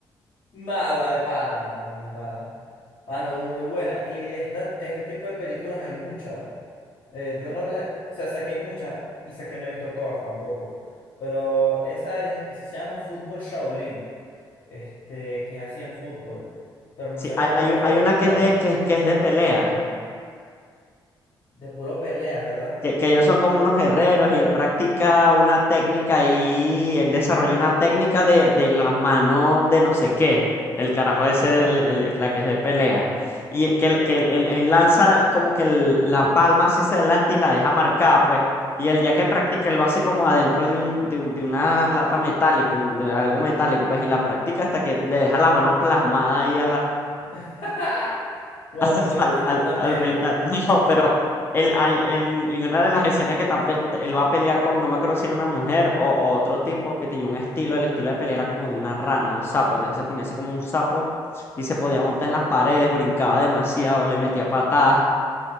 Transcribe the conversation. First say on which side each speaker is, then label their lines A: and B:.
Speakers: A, on the left; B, on the left.
A: ¡nah, agua de pana, mano, de pana. Mano, burde buena. Y de, esta, de este tipo de películas hay muchas. Eh, yo no le. O sea, sé que hay muchas y sé que no he visto todas tampoco. Pero esa, es- esa se llama Fútbol Shaolin. este, que hacían fútbol. Pero no
B: Sí,
A: sé,
B: hay,
A: ¿tú te acuerdas
B: hay, un- hay
A: de,
B: una
A: de alguna
B: que es de,
A: otra?
B: que, que es de pelea.
A: De puro peleas, ¿verdad?
B: que, que ellos son como unos guerreros y él practica una técnica y él desarrolló una técnica de, de la mano de no sé qué. El carajo ese, el- el- la que es de pelea. Y que, el- que él el- él lanza como que el- la palma así hacia adelante y la deja marcada, pues. Y el día que practica, él lo hace como adentro de, un, de, un- de una lata metálica, un- de algo metálico, pues, y la practica hasta que le deja la mano plasmada ahí
A: <laughs> Wow,
B: <laughs>
A: burde
B: al,
A: mentiroso
B: al,
A: también.
B: al metal. <laughs> No, pero él, hay- en, en una de las escenas que tan pel- él va a pelear con, no me acuerdo si era una mujer o, o otro tipo que tenía un estilo, el estilo de pelea era como de una rana, un sapo. Entonces se ponía así como un sapo y se podía montar en las paredes, brincaba demasiado, le metía patadas.